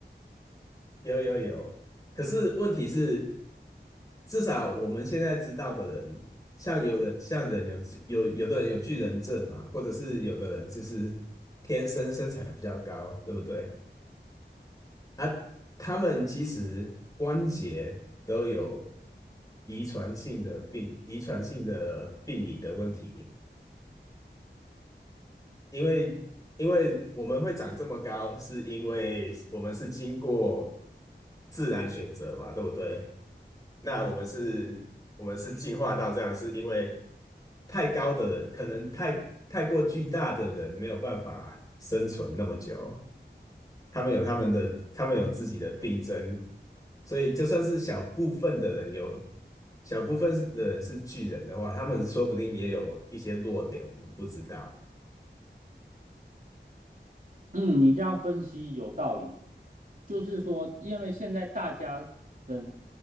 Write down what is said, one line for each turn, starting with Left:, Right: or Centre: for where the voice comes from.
Left: 有有有，可是问题是。至少我们现在知道的人，像有人像人有有有的人有巨人症嘛，或者是有的人就是天生身材比较高，对不对？啊，他们其实关节都有遗传性的病，遗传性的病理的问题。因为因为我们会长这么高，是因为我们是经过自然选择嘛，对不对？那我们是，我们是进化到这样，是因为太高的人，可能太太过巨大的人没有办法生存那么久，他们有他们的，他们有自己的病症，所以就算是小部分的人有，小部分的人是巨人的话，他们说不定也有一些弱点，我们不知道。
Right: 嗯，你这样分析有道理，就是说，因为现在大家的